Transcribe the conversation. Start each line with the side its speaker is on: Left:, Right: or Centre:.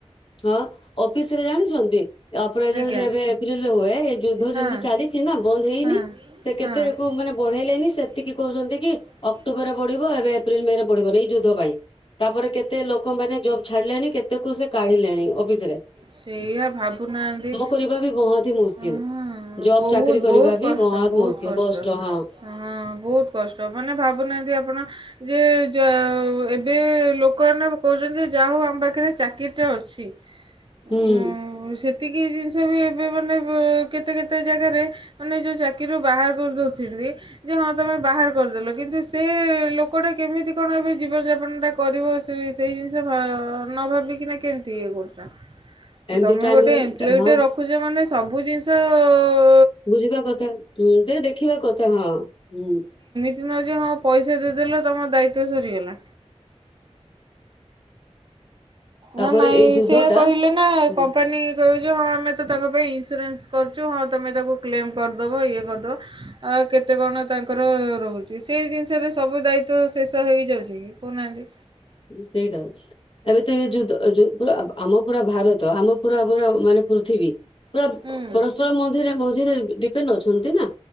Left: ହଁ ଅଫିସରେ ଜାଣିଛନ୍ତି ଅପ୍ରଜଲ
Right: ଆଜ୍ଞା
Left: ଯେ ଏବେ ଏପ୍ରିଲରେ ହୁଏ ଏ ଯୁଦ୍ଧ
Right: ହୁଏ ସବୁ ସବୁ ସାରିଛୁ ଆମର ହେଇନି ଏବେ କେତେ ମାନେ ବଢ଼େଇଲେଣି ସେତିକି କହୁଛନ୍ତି କି
Left: ଯେମିତି ଚାଲିଛି ନା ବନ୍ଦ ହେଇନି ସେ କେତେକୁ ମାନେ ବଢେଇଲେନି ସେ ତିକି କହୁଛନ୍ତି କି ଅକ୍ଟୋବରରେ ବଢିବ ଏବେ ଏପ୍ରିଲ ମେ ରେ ବଢିବ ନେଇ ଯୁଦ୍ଧ ପାଇଁ ତାପରେ କେତେ ଲୋକମାନେ ଜବ୍ ଛାଡିଲେଣି କେତେ? କୁ ସେ କାଢ଼ିଲାଣି ଅଫିସ ରେ
Right: ସେଇଆ ଭାବୁନାହାନ୍ତି
Left: କରିବା ବି ବହୁତ ହି ମୁସ୍କିଲ
Right: ହ
Left: ଜବ
Right: ବହୁତ
Left: ଚାକିରୀ କରିବା
Right: ବହୁତ
Left: ବି
Right: କଷ୍ଟ, ବହୁତ
Left: ମୁସ୍କିଲ
Right: କଷ୍ଟ,
Left: ହଁ
Right: ହ ବହୁତ କଷ୍ଟ ମାନେ ଭାବୁନାହାନ୍ତି ଆପଣ ଯେ ଜ-ଅ-ଅ ଏବେ ଲୋକମାନେ କହୁଛନ୍ତି ଯାହା ହଉ ଆମ ପାଖରେ ଚାକିରିଟା ଅଛି।
Left: ହୁଁ
Right: ଉଁ-ଉ-ଉ ସେତିକି ଜିନିଷ ସେ ବି ଏବେ ମାନେ ଏ କେତେ କେତେ ଜାଗାରେ ମାନେ ଯେଉଁ ଚାକିରିରୁ ବାହାର କରିଦେଉଥିଲି। ଯେ ହଁ ତୁମେ ବାହାର କରିଦେଲ କିନ୍ତୁ ସେ ଏ-ଏ ଲୋକଟା କେମିତି କଣ ଏବେ ଜୀବନ ଯାପନଟା କରିବ ତ ସେଇ ଜିନିଷ ଭ ଅ-ଅ-ଅ ନ ଭାବିକିନା କେମିତି ଇଏ କରୁଚ।
Left: ଏମତି
Right: ତମେ
Left: ଟାଇମିଂ
Right: ଗୋଟେ ଏମପ୍ଲଇ
Left: ହଁ
Right: ଟେ ରଖୁଛ ମାନେ ସବୁ ଜିନିଷ ଅ-ଅ-ଅ
Left: ବୁଝିବା କଥା ହୁଁ ତ ଦେଖିବା କଥା ହଁ ହୁଁ।
Right: ନ ଯେ ହଁ ପଇସା ଦେଇଦେଲ ତମ ଦାୟିତ୍ୱ ସରିଗଲା।
Left: ତାପରେ
Right: ନା ନାଇଁ
Left: ଏଇ ଯୁଦ୍ଧ
Right: ସେ
Left: ଟା
Right: କହିଲେ ନା
Left: ହୁଁ
Right: କମ୍ପାନୀ ଗ ଯେ ହଁ ଆମେ ତ ତାଙ୍କ ପାଇଁ ଇନ୍ସୁରାନ୍ସ କରୁଛୁ ହଁ ତୁମେ ତାକୁ କ୍ଲେମ୍ କରିଦେବ, ଇଏ କରିଦେବ। ଆଉ କେତେ କଣ ତାଙ୍କର ରହୁଛି। ସେଇ ଜିନିଷରେ ସବୁ ଦାୟିତ୍ୱ ଶେଷ ହେଇଯାଉଛି କି କହୁନାହାନ୍ତି
Left: ହ ସେଇଟା ଏବେ ତ ଇଏ ଯୁଦ୍ଧ ଅ ଯଉ ପୁରା ଆ ଆମ ପୁରା ଭାରତ ଆମ ପୁରା ପୁରା ମାନେ ପୃଥିବୀ ପୁରା ଅ
Right: ହୁଁ
Left: ପରସ୍ପର ମଧ୍ୟରେ ବହୁତ ଯେ ଡିପେନ ଅଛନ୍ତି ନା।